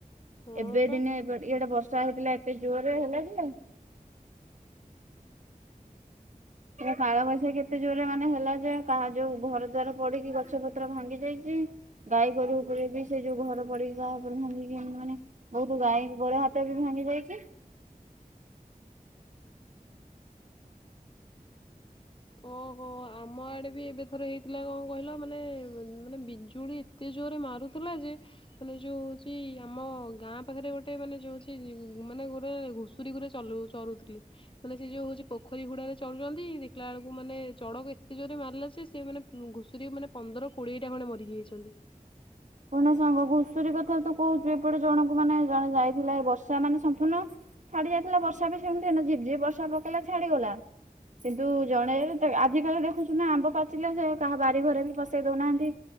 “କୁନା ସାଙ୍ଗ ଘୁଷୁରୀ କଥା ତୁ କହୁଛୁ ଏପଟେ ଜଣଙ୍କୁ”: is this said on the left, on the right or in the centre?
Right